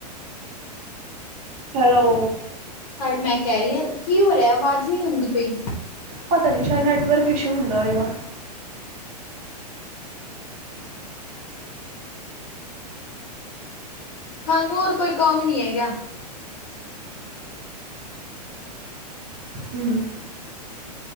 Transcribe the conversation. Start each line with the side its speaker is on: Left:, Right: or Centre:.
Right: ਹੈਲੋ।
Left: ਪਰ ਮੈਂ ਕਹਿ ਰਹੀ ਹਾਂ ਕੀ ਹੋ ਰਿਹਾ ਆਵਾਜ਼ ਨਹੀਂ ਆਂਦੀ ਪਈ।
Right: ਪਤਾ ਨੀ ਸ਼ਾਇਦ ਨੈਟਵਰਕ ਇਸ਼ੂ ਹੁੰਦਾ ਹੋਏਗਾ।
Left: ਤੁਹਾਨੂੰ ਹੋਰ ਕੋਈ ਕੰਮ ਨੀ ਹੈਗਾ।
Right: ਹਮ।